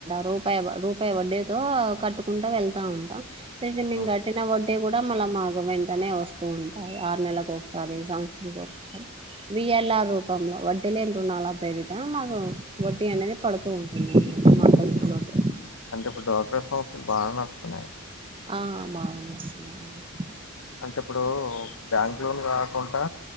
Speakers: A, on the right (about 25°); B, on the left (about 75°).
A: రూపా రూపాయి వడ్డీతో కట్టుకుంటా వెళ్తా ఉంట తీర్గి మేము
B: ఉమ్,
A: కట్టిన వడ్డీ టే కూడా మళ్ళ మాకు వెంటనే వస్తూ ఉంటాయి ఆరు నెల్లకు ఒకసారి సంవత్సరనికి ఒకసారి విఎల్ఆర్
B: ఉమ్.
A: రూపంలో వడ్డీ లేని రుణాలా పేరిట మాకు వడ్డీ అనేది పడుతూ ఉంటుంది అన్నమాట మా పొదుపు లోకి
B: అంటే ఇప్పుడు డ్వాక్రా సంస్థలు బాగా నడుస్తున్నాయి
A: ఆ బాగా నడుస్తున్నాయండి
B: అంటే ఇప్పుడు బ్యాంక్ లోన్ కాకుండా